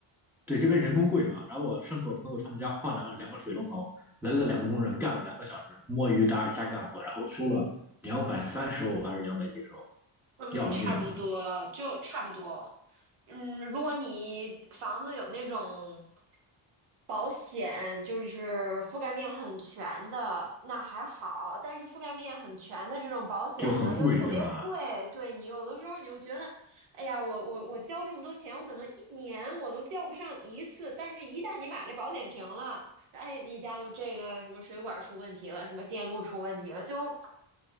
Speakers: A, in the centre; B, on the right.
A: 对，这边人工贵嘛。然后我上次我朋友他们家换了两个水龙头，来了两个工人，干了两个小时，摸鱼搭加干活，然后收了两百三十欧还是两百几十欧，
B: 嗯，
A: 要了命了，
B: 差不多，就差不多。嗯，如果你房子有那种保险，就是覆盖面很全的，那还好。但是覆盖面很全的这种保险呢，
A: 就很贵，
B: 又特别贵，
A: 对吧？
B: 对你有的时候你就觉得，哎呀，我我我交这么多钱，我可能一年我都交不上一次。但是，一旦你把这保险停了，哎，你家就这个什么水管出问题了，什么电路出问题了，就